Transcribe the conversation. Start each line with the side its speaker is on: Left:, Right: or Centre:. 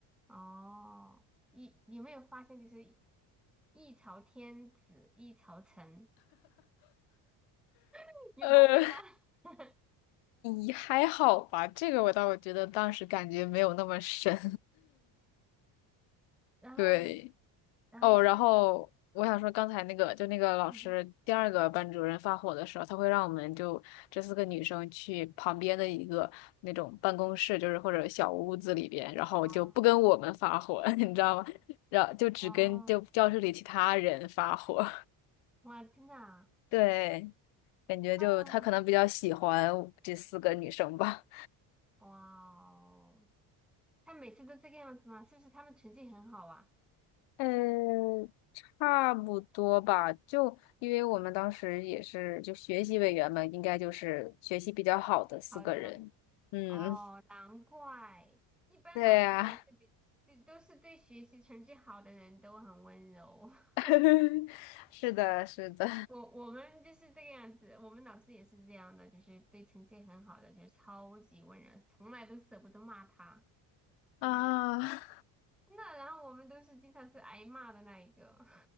Centre: 哦，一你有没有发现就是一朝天子一朝臣，<laughs> 有发现吗？
Left: 呃，
Centre: <laughs>
Left: 也还好吧，这个我倒觉得当时感觉没有那么深，<laughs>
Centre: 然后
Left: 对。
Centre: 然后就是
Left: 哦，然后我想说，刚才那个就那个老师第二个班主任发火的时候，
Centre: 嗯，
Left: 他会让我们就这四个女生去旁边的一个那种办公室，就是或者小屋子里边，然后就不跟我们发火，
Centre: 哦
Left: <laughs> 你知道吗？然后就只跟就教室里其他人发火。
Centre: 哦，哇，真的啊，
Left: <laughs> 对，感觉就他可能比较喜欢这四个女生吧。
Centre: 啊，哇哦，他每次都这个样子吗？是不是他们成绩很好啊？
Left: 嗯，差不多吧。就因为我们当时也是就学习委员们，应该就是学习比较好的四个人。
Centre: 好的，
Left: 嗯，
Centre: 哦，
Left: <laughs>
Centre: 难怪，一般老师都是比对，
Left: 对呀，
Centre: 都是对学习成绩好的人都很温柔。<laughs>
Left: <laughs> 是的，是的
Centre: 我我们就是这个样子，我们老师也是这样的，就是对成绩很好的，就是超级温柔，从来都舍不得骂他，
Left: 啊，
Centre: 真的。那然后我们都是经常是挨骂的那一个。